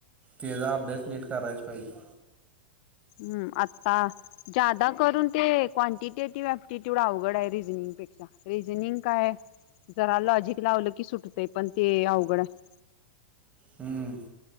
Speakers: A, on the right (about 25°); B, on the left (about 55°).
A: तेचा अभ्यास नीट करायच पाहिजे.
B: ह्म आता जा्यादा करून ते क्वांटिटेटिव्ह अप्टिट्यूड अवघड आहे रिजनिंग. रिजनिंग काय. जराला लॉजिक लावलं की सुटतय पण ते अवघड आहे.
A: हम्म!